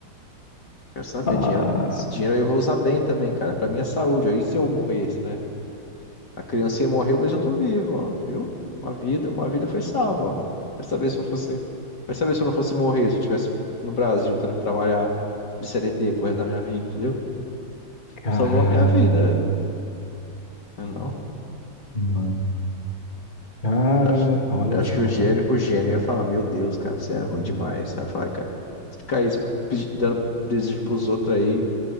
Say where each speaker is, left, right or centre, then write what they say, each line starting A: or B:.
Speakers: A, on the left (about 50°); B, on the left (about 25°).
A: Quero saber,
B: Ah,
A: dinheiro, esse dinheiro aí eu vou usar bem também, cara, para minha saúde. Aí se eu morresse, né? A criancinha morreu, mas eu tô vivo, ó, viu? Uma vida, uma vida foi salva, ó. Vai saber se eu fosse, vai saber se eu não fosse morrer, se eu estivesse no Brasil, tendo que trabalhar de CLT pro resto da minha vida, entendeu?
B: cara,
A: Salvou a minha vida. Ah, Não.
B: mano. Cara,
A: Eu acho,
B: olha
A: eu acho
B: só,
A: que o gênio,
B: velho.
A: o gênio ia falar, meu Deus, cara, você é ruim demais. Vai falar, cara, se ficar aí pedi- dando desejo pros outros aí,